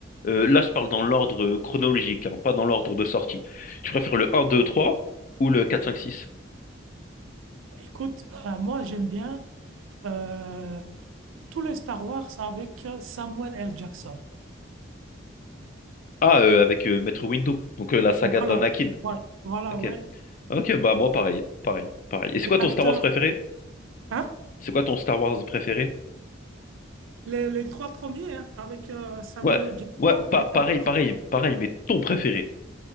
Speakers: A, on the left; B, on the right.
A: euh, là, je parle dans l'ordre euh, chronologique, hein, pas dans l'ordre de sortie. Tu préfères le un, 2, 3 ou le quatre, cinq, six?
B: Écoute, euh, moi, j'aime bien. euh, tous les Star Wars avec euh, Samuel L. Jackson.
A: Ah, euh, avec euh, Maître Windu, donc euh, la saga
B: Voilà,
A: d'Anakin.
B: voilà, voilà,
A: Ok.
B: ouais.
A: Ok, bah moi pareil, pareil, pareil. Et c'est
B: Et
A: quoi
B: l'acteur,
A: ton Star Wars préféré?
B: hein?
A: C'est quoi ton Star Wars préféré?
B: Les, les trois premiers, hein, avec euh, Samuel
A: Ouais,
B: L. Jackson
A: ouais, pa-
B: et l'acteur.
A: pareil, pareil, pareil, mais ton préféré.